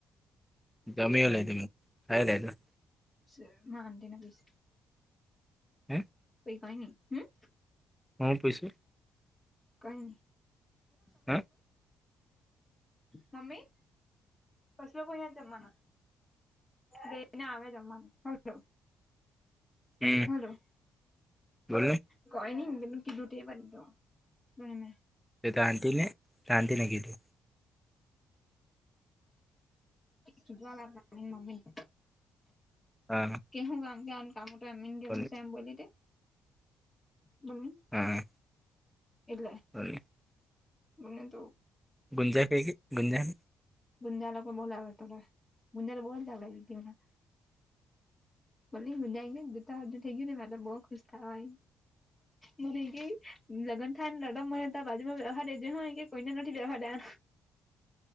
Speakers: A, in the centre; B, on the left.
A: <unintelligible>
B: સે માં અન્ટના બેસ
A: અ એ
B: એ કય ની હમ્મ
A: હં પૂશું
B: કહી
A: હા
B: <unintelligible> મમી કસલે કોઈ્યા જમના બેઈને આવે જમવાનું હ
A: હમ
B: હલો હ
A: બોલ ને
B: કોઈ નઈ તું કડુંઠ ભ તો ધને મે
A: તે ત આંતતીને શંતને કીધું
B: જવા લાગ મમી
A: હા
B: કેહું કામ કે્યાન કામ તો એમન ગ
A: બોલ ને
B: છે એમ બોલી તે બોલણી
A: હમ
B: એલે
A: <unintelligible>
B: મને તો
A: ગુંજા ક ગુંંજા
B: ગુંજિયા લોકો બોલાવ ત ગુંજિયાલા બોલતાડ
A: <inaudible>
B: ભો હુંજાયને જુતાધું થઈ ગય ને મે તો બઉુ ખુશ થવા મ ર ગઈ લગ્ન થાય ને રડમ મને ત બાજુમાં વ્યવહાર જે હા એઇ કોઈને નથી દે હાડા